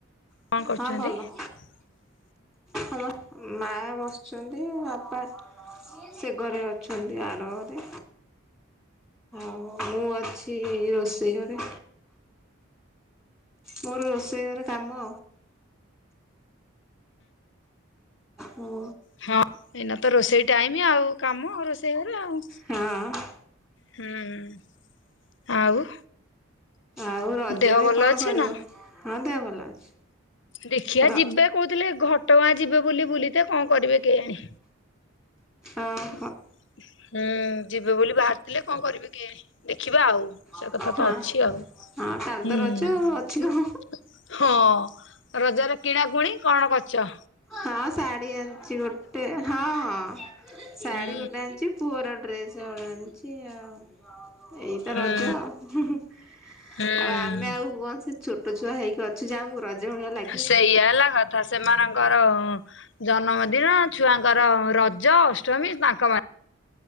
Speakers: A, on the left (about 60°); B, in the centre.
A: କଣ
B: ହଁ ଭଲ।
A: <inaudible>
B: ହଁ ମ ମା ବସିଚନ୍ତି ବାପା ସେ ଘରେ ଅଛନ୍ତି ଆର ଘରେ। ଆଉ ମୁଁ ଅଛି ରୋଷେଇ ଘରେ। ମୋର ରୋଷେଇ ଘରେ କାମ। ହୁଁ।
A: ହଁ ଏଇନା ତ ରୋଷେଇ ଟାଇମ୍ ଆଉ କାମ ରୋଷେଇ ଘରେ ଆଉ।
B: ହଁ।
A: ହୁଁ ଆଉ
B: ଆଉ ରଜରେ
A: ଦେହ ଭଲ
B: କଣ
A: ଅଛି
B: କରିବ?
A: ନା?
B: ହଁ ଦେହ ଭଲ ଅଛି।
A: ଦେଖିଆ
B: ର
A: ଯିବେ କୋହୁଥିଲେ ଘଟଗାଁ ଯିବେ ବୋଲି ବୁଲିତେ କଣ କରିବେ କେଇଆଣି।
B: ଓହୋ
A: ହୁଁ। ଯିବେ ବୋଲି ବାହାରିଥିଲେ କଣ କରିବି କୋଇଆଣି ଦେଖିବା ଆଉ ସେ
B: ହଁ।
A: କଥା ତ ଅଛି ଆଉ।
B: ହଁ କାଲି
A: ହୁଁ
B: ତ
A: <unintelligible>
B: ରଜ ଆଉ ଅଛି କଣ?
A: ହଁ। ରଜରେ କିଣାକୁୁଣି କଣ କରିଚ?
B: ହଁ ଶାଢି ଆଣିଚି ଗୋଟେ। ହଁ ହଁ ଶାଢୀ
A: ହୁଁ
B: ଗୋଟେ ଆଣିଚି। ପୁଅର ଡ୍ରେସ ହଳେ ଆଣିଚି ଆଉ। ଏଇତ
A: ହୁଁ
B: ରଜ ହୁଁ ହୁଁ
A: ହୁଁ
B: ଆଉ ଆମେ ଆଉ କଣ ସେ ଛୋଟ ଛୁଆ ହେଇକି ଅଛୁ ଯେ ଆମକୁ ରଜ ଭଳିଆ ଲା
A: ସେଇୟା ହେଲା କଥା। ସେମାନଙ୍କର ଜନ୍ମଦିନ ଛୁଆଙ୍କର ରଜ, ଅଷ୍ଟମୀ ତାଙ୍କ ମାନ